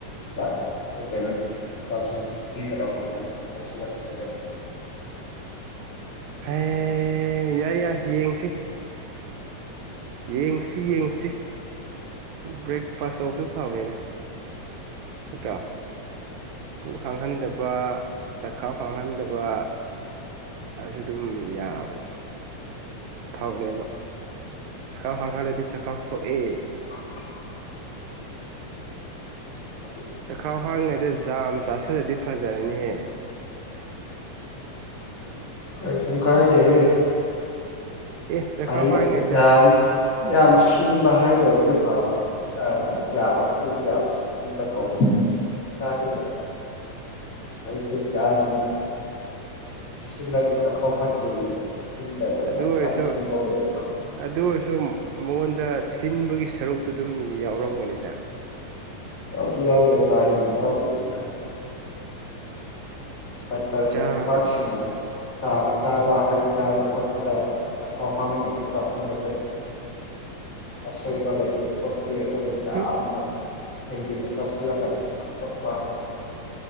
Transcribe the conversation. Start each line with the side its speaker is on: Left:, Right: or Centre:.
Left: ꯆꯥꯛ ꯀꯩꯀꯩꯅꯣ ꯆꯥꯁꯤꯟ ꯊꯛꯆꯤꯟꯒꯗꯧꯕ ꯑꯃꯅ <unintelligible>
Right: ꯍꯩ ꯌꯥꯏ ꯌꯥꯏ ꯌꯦꯡꯁꯤ ꯌꯦꯡꯁꯤ ꯌꯦꯡꯁꯤ ꯕ꯭ꯔꯦꯛꯐꯥꯁ ꯇꯧꯕꯁꯨ ꯐꯕꯅꯤꯗ ꯅꯠꯇ꯭ꯔ ꯄꯨꯛ ꯍꯥꯡꯍꯟꯗꯕ ꯆꯈꯥꯎ ꯍꯥꯡꯍꯟꯗꯕ ꯑꯗꯨꯁꯨ ꯑꯗꯨꯝ ꯌꯥꯕꯅꯦ ꯐꯕꯅꯦꯕ ꯆꯈꯥꯎ ꯍꯥꯡꯍꯜꯂꯗꯤ ꯆꯈꯥꯎ ꯁꯣꯛꯑꯦ
Left: <unintelligible> <unintelligible>
Right: ꯆꯈꯥꯎ ꯍꯥꯡꯉꯤꯉꯩꯗ ꯖꯥꯝ ꯆꯥꯁꯤꯜꯂꯗꯤ ꯐꯖꯔꯅꯤꯍꯦ
Left: ꯀꯩꯁꯨꯝ ꯀꯥꯏꯗꯦꯍꯦ
Right: ꯑꯦ ꯆꯈꯥꯎ
Left: ꯑꯩ
Right: ꯍꯥꯡꯉꯤꯉꯩꯗ
Left: ꯌꯥꯝ ꯌꯥꯝ ꯌꯥꯝ ꯁꯤꯟꯕ ꯍꯥꯏ ꯑꯣꯏꯔꯗꯤ ꯐꯕ ꯌꯥꯕ ꯁꯤ ꯌꯥꯝ ꯆꯨꯝꯕ ꯀꯧꯏ ꯑꯩ ꯊꯥ ꯆꯨꯝꯕꯗ ꯑꯩꯁꯦ ꯌꯥꯝꯅ ꯁꯤꯡꯂꯗꯤ ꯆꯈꯥꯎ ꯐꯠꯇꯦꯔꯤꯌꯦ ꯁꯤꯟꯗꯕ
Right: ꯑꯗꯨ
Left: ꯌꯥꯝ
Right: ꯑꯣꯏꯔꯁꯨ
Left: ꯀꯟꯅ ꯁꯤꯟꯕ ꯑꯣꯏꯗꯕꯤ
Right: ꯑꯗꯨ ꯑꯣꯏꯔꯁꯨ ꯃꯉꯣꯟꯗ ꯁꯤꯟꯕꯒꯤ ꯁꯔꯨꯛꯇꯨ ꯑꯗꯨꯝ ꯌꯥꯎꯔꯝꯒꯅꯤꯗ
Left: ꯌꯥꯎꯗꯤ ꯌꯥꯎꯒ꯭ꯔꯦ ꯀꯥ ꯍꯦꯟꯕ ꯌꯥꯎꯔꯣꯏꯗꯅ ꯗꯥꯛꯇꯔ
Right: ꯖꯥꯝ
Left: ꯑꯦꯛꯁꯄꯔꯠ ꯁꯤꯡꯅ ꯆꯥꯡ ꯆꯥꯕ ꯍꯩ ꯆꯥꯕ ꯈꯣꯠꯄꯗ ꯆꯥꯛꯈꯥꯎ ꯍꯥꯡꯅꯤꯡꯉꯩꯗ ꯆꯥꯁꯤꯟꯕꯗ ꯑꯁꯣꯏꯕ ꯂꯩꯇꯦꯀꯣ ꯑꯗꯨꯒ
Right: ꯍꯨꯝ
Left: ꯌꯥꯝꯅ ꯍꯦꯟꯖꯟꯅ ꯆꯥꯁꯤꯜꯂꯛꯀꯟꯗ ꯁꯣꯛꯂꯛꯄ